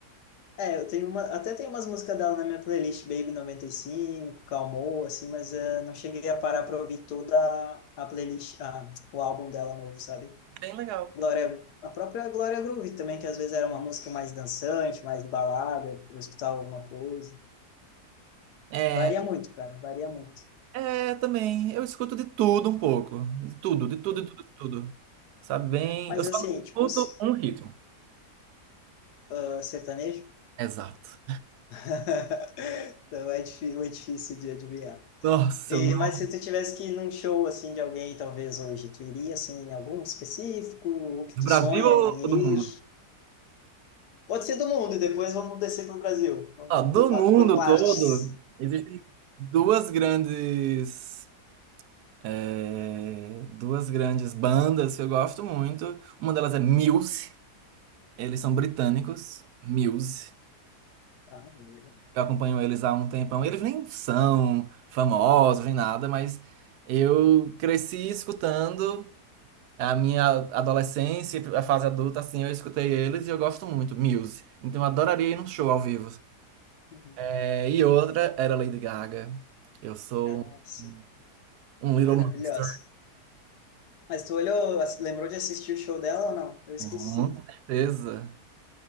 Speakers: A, on the left (about 75°); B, on the right (about 75°).
A: É, eu tenho uma, até tem umas músicas dela na minha playlist, Baby 95, Calmou, assim, mas eh, não cheguei a parar pra ouvir toda a a playlist, ah, o álbum dela novo, sabe?
B: É Bem legal.
A: Glória, a própria Glória Groove também, que às vezes era uma música mais dançante, mais balada, pra eu escutar alguma coisa.
B: É,
A: Varia muito, cara, varia muito.
B: é também. Eu escuto de tudo um pouco. De tudo, de tudo, de tudo, de tudo. Sabe bem?
A: Mas
B: Eu só
A: assim,
B: não escuto
A: tipo, s-
B: um ritmo.
A: ah, sertanejo?
B: Exato.
A: <laughs> Então é difícil, é difícil de adivinhar.
B: Nossa,
A: E,
B: eu não.
A: mas se tu tivesse que ir num show assim de alguém, talvez hoje, tu iria assim em algum específico, o que
B: Do
A: tu
B: Brasil
A: sonha em
B: ou do mundo?
A: ir? Pode ser do mundo, depois vamos descer para o Brasil. Vamos
B: Ah, do
A: por, pa-
B: mundo
A: por partes.
B: todo, existem duas grandes. é, duas grandes bandas que eu gosto muito. Uma delas é Muse. Eles são britânicos. Muse.
A: Ah, beleza.
B: Eu acompanho eles há um tempão. Eles nem são famosos, nem nada, mas eu cresci escutando. A minha adolescência, e a fase adulta, assim, eu escutei eles e eu gosto muito, Muse. Então eu adoraria ir num show ao vivo.
A: Uhum.
B: É, e outra era Lady Gaga. Eu sou
A: Ah, sim.
B: um, um
A: Maravilhosa.
B: Little Monster.
A: Mas tu olhou, ass- lembrou de assistir o show dela ou não? Eu esqueci.
B: Com certeza.